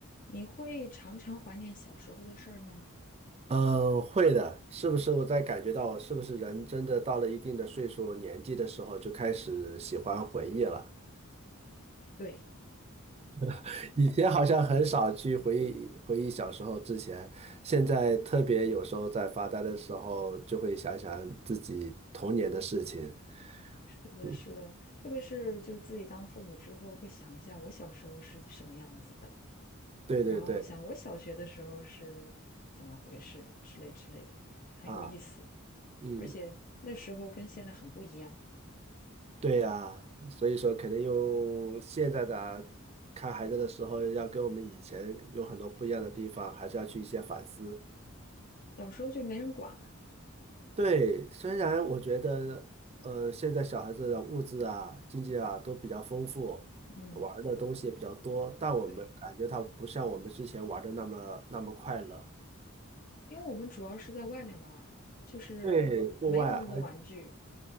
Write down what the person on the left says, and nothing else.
你会常常怀念小时候的事儿吗？
对，
是的，
是的，特别是就是自己当父母之后，会想一下我小时候是什么样子的，
然后想我小学的时候是怎么回事之类之类的，很有意思。
而且那时候跟现在很不一样，
小时候就没人管了。
嗯，
对，因为我们主要是在外面玩儿，就是没有那么多玩具，